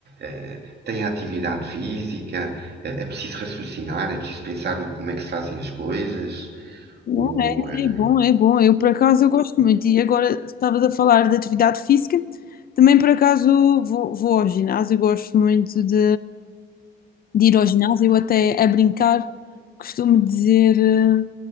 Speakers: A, on the right; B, on the left.
A: eh, tem atividade física, eh, é preciso raciocinar, é preciso pensar no como é que se fazem as coisas.
B: Bom,
A: O,
B: é,
A: eh,
B: é bom, é bom. Eu, por acaso, eu gosto muito. E agora, estavas a falar de atividade física, também, por acaso, vou, vou ao ginásio, Eu gosto muito de. de ir ao ginásio, até a brincar, costumo dizer eh,